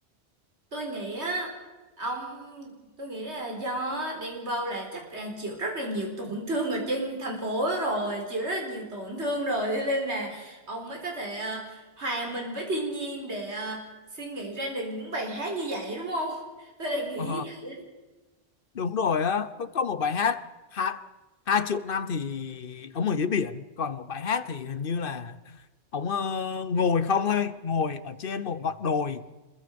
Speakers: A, on the right; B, on the left.
A: tôi nghĩ á ông tôi nghĩ là do Denver là chắc là chịu rất là nhiều tổn thương ở trên thành phố rồi chịu rất là nhiều tổn thương rồi cho nên là ông mới có thể ờ, hòa mình với thiên nhiên để ờ, suy nghĩ ra được những bài hát như vậy đúng không tôi lại nghĩ
B: Ờ,
A: như vậy
B: đúng rồi á có có một bài hát hai hai triệu năm thì ông ở dưới biển còn một bài hát thì hình như là ông ờ, ngồi không thôi ngồi ở trên một ngọn đồi